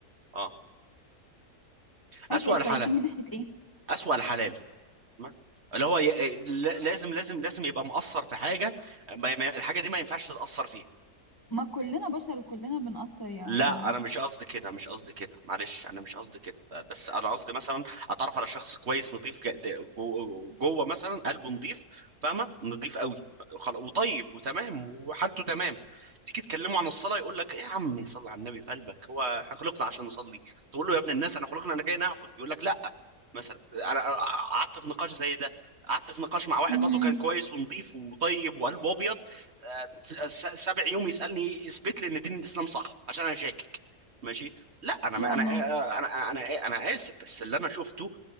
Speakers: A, on the right; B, on the left.
A: اه
B: أسوأ
A: اسوأ
B: الكويسين
A: الحلال
B: من ناحية ايه
A: اسوأ الحلال تمام اللي هو ي... ل- لازم لازم لازم يبقى مقصر في حاجه ما... ما... الحاجه دي ما ينفعش تتأثر فيها
B: ما كلنا بشر وكلنا بنقصر يا
A: لا
B: عبد العزيز
A: انا مش قصدي كده مش قصدي كده معلش انا مش قصدي كده بس انا قصدي مثلا اتعرف على شخص كويس نظيف جا- جو- جوه مثلا قلبه نظيف فاهمه نظيف قوي خلا- وطيب وتمام وحالته تمام تيجي تكلمه عن الصلاه يقول لك ايه يا عم صلي على النبي في قلبك هو احنا خلقنا عشان نصلي تقول له يا ابن الناس انا خلقنا انا جاي نعبد يقول لك لا مثلا انا أنا قعدت في نقاش زي ده قعدت في نقاش مع واحد
B: امم
A: برضه كان كويس ونظيف وطيب وقلبه ابيض آه، س- سابع يوم يسالني اثبت لي ان دين الاسلام صح عشان انا شاكك ماشي لا انا
B: يا
A: ما انا
B: الله
A: آه، آه، انا آه، انا آه، انا اسف بس اللي انا شفته